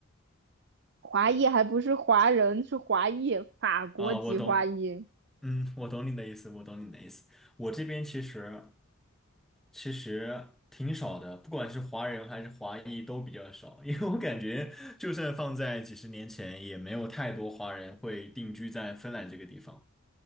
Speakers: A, on the right; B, in the centre.
A: 华裔还不是华人，是华裔，法国籍华裔。
B: 啊，我懂，嗯，我懂你的意思，我懂你的意思。我这边其实。其实挺少的，不管是华人还是华裔都比较少，<laughs> 因为我感觉就算放在几十年前，也没有太多华人会定居在芬兰这个地方。